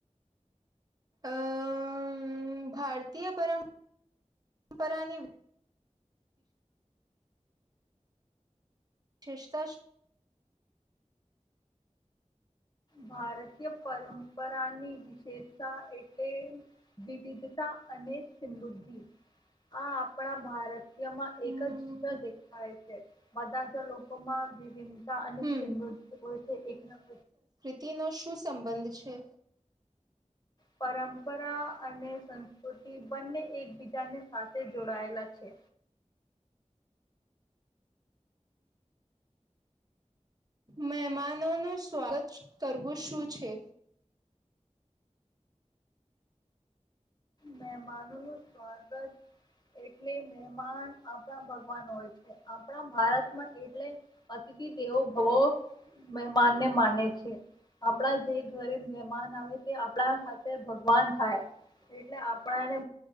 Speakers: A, on the right (about 30°); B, on the left (about 35°).
A: અમ્ ભારતીય પરં પરંપરાની. શેષ ત
B: ભારતીય પરંપરાની વિશેષતા એટલે વિવિધતા અને. સિલુગજી. આ આપણા ભારત. માં
A: હમ
B: એક જ <inaudible> જી દેખાય છે. બધા ચલો. લોકોમાં વિભિનતા અને
A: હમ
B: સમૃ હોય છે એકના.
A: તિનો શું સંબંધ છે.
B: પરંપરા અને સંસ્કૃતિ બંને એકબીજાની સાથે જોડાયેલા છે.
A: મહેમાનોનું સ્વાગત કરવું શું છે.
B: મહમાનો નું સ્વાગત એટલે મહેમાન આપણા ભગવાન હોય છે આપણા ભારતમાં એટલે અતિથિ દેવો ભવો મહેમાનને માને છે આપણા જે ઘરે મહેમાન આવે તે આપણા સાથે ભગવાન થાય. એટલે આપણા એને